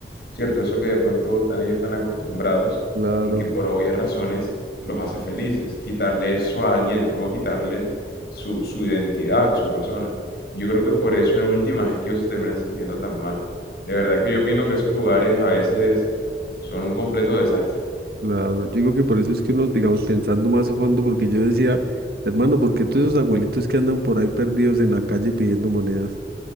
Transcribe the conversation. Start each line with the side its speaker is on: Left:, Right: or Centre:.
Left: cierto, eso que de pronto están ellos tan acostumbrados
Right: claro,
Left: y que por obvias razones los hace felices. Quitarle eso a alguien es como quitarle su, su identidad, su persona. Y Yo creo que por eso en últimas es que ellos se terminan sintiendo tan mal. De verdad que yo opino que esos lugares a veces son un completo desastre.
Right: claro. Yo digo que por eso es que uno, digamos, pensando más a fondo, porque yo decía, hermano, ¿por qué todos esos abuelitos que andan por ahí perdidos en la calle pidiendo monedas,